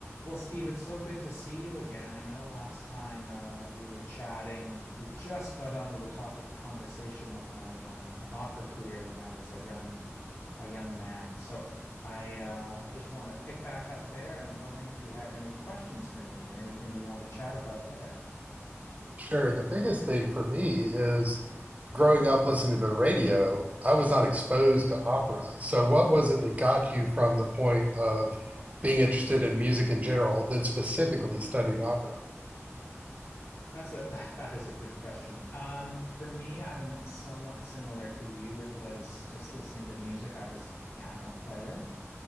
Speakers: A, on the left (about 65°); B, on the right (about 30°).
A: Well, Steve, it's so good to see you again. I know last time uh, we were chatting, we just got onto the topic of conversation of my uh, opera career when I was a young, a young man. So I uh, just want to pick back up there, and I'm wondering if you had any questions for me or anything you want to chat about there.
B: Sure. The biggest thing for me is growing up listening to the radio, I was not exposed to opera. So, what was it that got you from the point of being interested in music in general, then specifically studying opera?
A: That's a <laughs> that, that is a good question. Um, for me, I'm somewhat similar to you. It was just listening to music. I was a piano player.